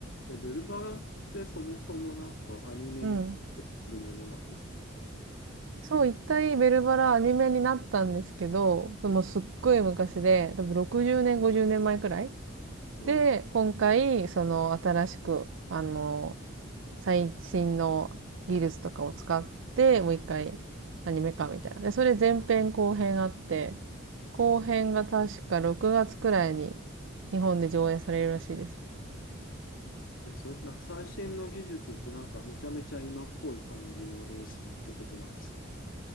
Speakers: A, on the left (about 70°); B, on the right (about 65°).
A: え、ベルバラってそもそもなんかアニメになってるものなんですか
B: うん。そう、一回ベルバラアニメになったんですけど、でもすっごい昔で、多分60年、50年前くらい。
A: えー
B: で、今回、その新しく、あの、最新の技術とかを使って、もう一回アニメ化みたいな。で、それ前編後編あって、後編が確か6月くらいに日本で上演されるらしいです。
A: え、それってなんか最新の技術ってなんかめちゃめちゃ今っぽい感じの映像ってことなんですか